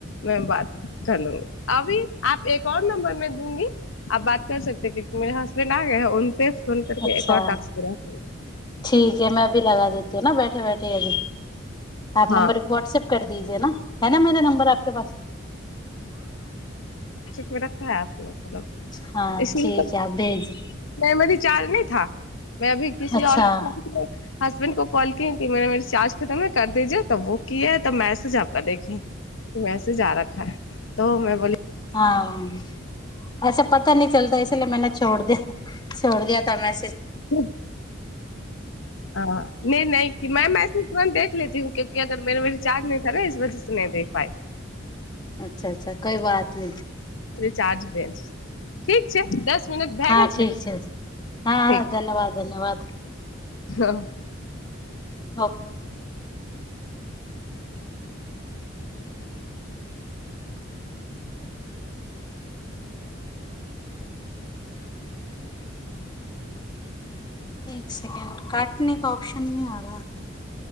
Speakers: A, on the left; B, on the left.
A: मैं बात कर लूंगी अभी आप एक आओर नंबर मे दूंगी आ बात कर सकते क मेर हसबैंड आ गए है उनपे फोन करके
B: अच्छा
A: एक और टास्क मेरा हो जाएगा
B: ठीकीक ह मै अभी लगा देता वो ने बैठे बैठे अजी आप
A: हाँ
B: नंबर व्ट्सऐप कर दीजए न है न मेरा नंबर आपके पास
A: फर्क है आप को त
B: हाँ
A: ए
B: ठीक है आप भेज
A: फेमली चालनी था मैं अभी किसी
B: अच्छा
A: आऔर हसबैंड को कॉल की कि मेरा रिचार्ज खतम है कर भेजे तब वो तब वो कीै तऽ मैसेज आपक देखी मैसेज आ रखाै तो में बोल
B: हाँ ऐसे अ पता नहि चलता इसलिए मैने छोड़ द छोड़ दिय तऽ मै
A: उ ह हँ नहि नहि मै मैम ऐसे तुरन्त देख लेती हुँ मेरे में रिचार्ज नहीं था इस वजह से नहि देख पाइ
B: अच्छा अच्छा कोइ बात नहि
A: चार्ज भेल ठीक छै दस मिनट भए
B: हँ
A: गेल
B: ठीक छै हँ
A: ठीक
B: ह
A: छै
B: धन्यवाद धन्यवाद
A: हँ अ
B: ओ एक सेकंड काटने क ऑप्शन न